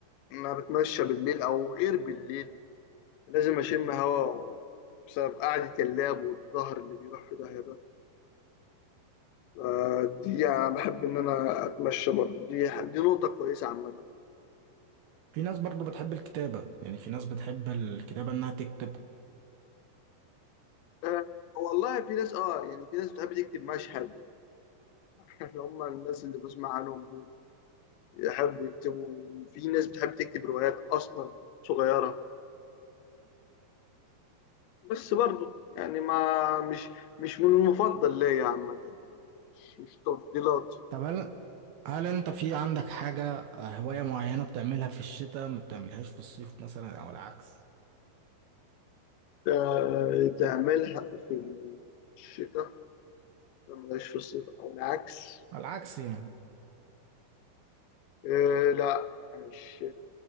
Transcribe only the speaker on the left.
انا بتمشى بالليل او غير بالليل لازم اشم هوا بسبب قعده اللاب والظهر اللي بيروح في داهيه ده آه، دي يعني انا بحب ان انا اتمشى برضه دي دي نقطه كويسه عامه
آه، والله في ناس اه يعني في ناس بتحب تكتب مشهد <laughs> اللي هم الناس اللي بسمع عنهم دول يحب يكتبوا في ناس بتحب تكتب روايات اصلا صغيره بس برضه يعني ما مش مش من المفضل ليا عامه مش تفضيلات
آه، تعملها في الشتاء ما ملهاش في الصيف او العكس
آه، لا مش